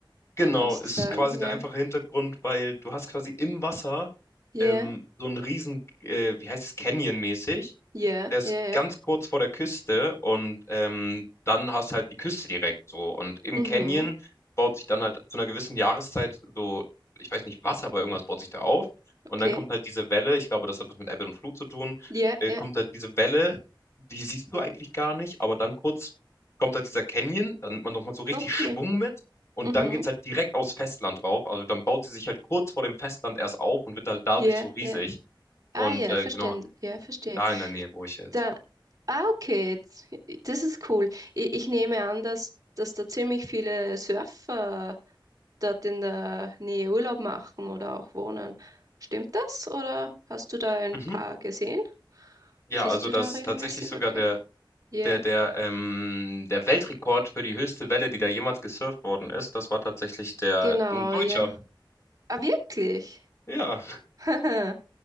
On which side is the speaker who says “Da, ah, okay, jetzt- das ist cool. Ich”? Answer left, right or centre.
Right